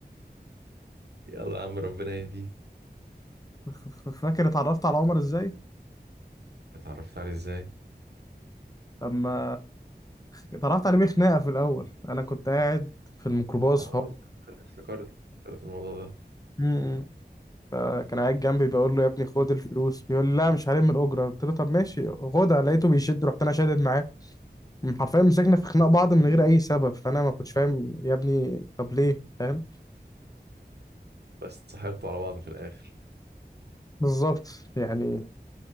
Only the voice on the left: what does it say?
ف- ف- فاكر اتعرفت على عمر إزاي؟
لما اتعرفت عليه بخناقة في الأول أنا كنت قاعد في الميكروباص
فهو
جنبي فكان قاعد جنبي بقول له يا ابني خد الفلوس بيقول لي لا مش هلم من الاجره قلت له طب ماشي خدها لقيته بيشد رحت انا شادد معاه حرفيا مسكنا في خناق بعض من غير اي سبب فانا ما كنتش فاهم يا ابني طب ليه فاهم
بالظبط يعني